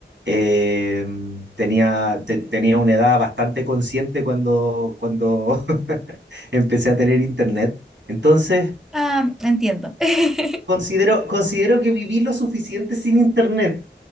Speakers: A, on the right; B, in the centre.
A: Eh, tenía, te- tenía una edad bastante consciente cuando, cuando <laughs> empecé a tener Internet. Entonces...
B: Ah, entiendo. <laughs>
A: Considero, considero que viví lo suficiente sin internet